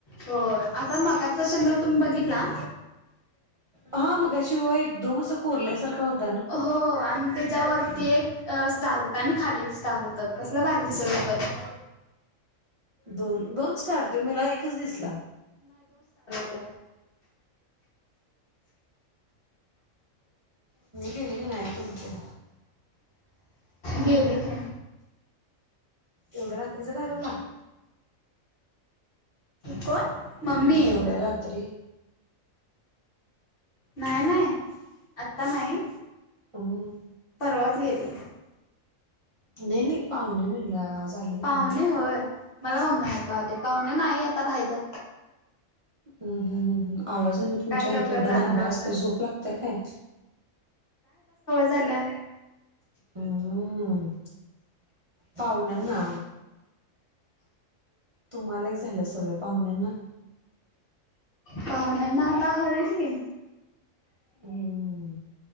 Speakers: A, on the left; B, on the right.
A: हो आता मगाचा चंद्र तुम्ही बघितला
B: हा मगा शिव एकदम असं कोरल्यासारखा होत
A: हो आणि त्याच्यावरती एक स्टार होत आणि खाली एक स्टार होत कसलं भारी दिसत होत
B: दोन दोन स्टार तुम्हीला एकच दिसला
A: ते
B: गेले काी नाही तुमचे
A: गेले की
B: एवढ रात्रीच घालवला
A: कोण मम्मी
B: एवढ्या रात्री
A: नाही नाही आता नाही
B: हम
A: परवाच गेली
B: नाही नाही पाहून म्हणलं आलेले
A: पाहुणे
B: ना
A: होय मला मम्मी ऐका आधी पाहुणे नाही आता राहिले
B: ह हा ह आवाजाने तुमच्या
A: लवकर
B: इथे एवढा
A: जाणार
B: दंगा
A: आहे वाटतं
B: असत झोप लागतय काय
A: झालं
B: हम्म पाहुणे ना तुम्हाला एक झालं सवय पाहुण्यांना
A: पाहुण्यांना होईले की
B: हम